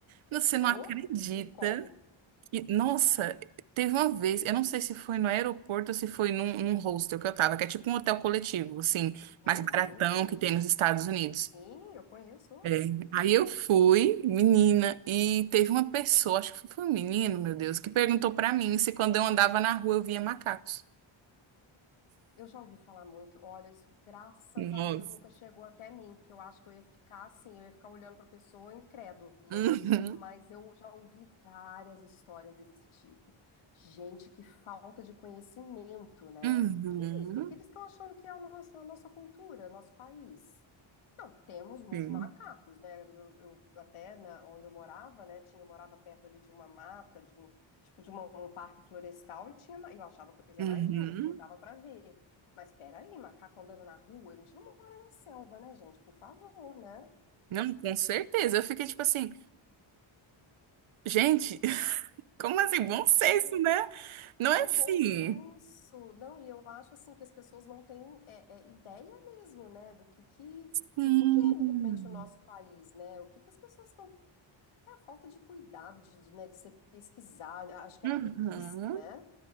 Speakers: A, on the right; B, on the left.
A: Você não
B: ou
A: acredita
B: e como?
A: que, nossa, teve uma vez, eu não sei se foi no aeroporto ou se foi num, num hostel que eu tava, que é tipo um hotel coletivo, assim,
B: Sim,
A: mais baratão
B: sim, conheço.
A: que tem nos Estados Unidos.
B: Sim, eu conheço.
A: É, aí eu fui, menina, e teve uma pessoa, acho que foi um menino, meu Deus, que perguntou pra mim se quando eu andava na rua eu via macacos.
B: Eu já ouvi falar muito. Olha, isso, graças
A: Nossa.
B: a Deus, nunca chegou até mim, porque eu acho que eu ia ficar assim, eu ia ficar olhando para a pessoa incrédula.
A: Uhum,
B: Mas eu já ouvi várias histórias desse tipo. Gente, que falta de conhecimento, né?
A: uhum,
B: Que que é isso? O Que que eles estão achando que é a nossa, a nossa cultura, nosso país? Não, temos muito
A: Sim.
B: macacos, né? Eu, eu- até na, onde eu morava, né? Tinha, eu morava perto ali de uma mata, de um tipo de uma- um parque florestal e tinha, ma- eu achava a coisa
A: uhum.
B: mais linda porque dava pra ver. Mas espera aí, macaco andando na rua, a gente não mora na selva, né, gente? Por favor, né?
A: Não, com certeza. Eu fiquei tipo assim, gente, <laughs> como assim? Bom senso,
B: Ai,
A: né? Não
B: não,
A: é assim.
B: bom senso. Não, e eu acho assim que as pessoas não têm é, é, ideia mesmo, né, do que que
A: Hum,
B: do que que é realmente o nosso país, né? O que que as pessoas estão É a falta de cuidado, de, de, né, de você pesquisar, acho que
A: uhum.
B: é a preguiça, né?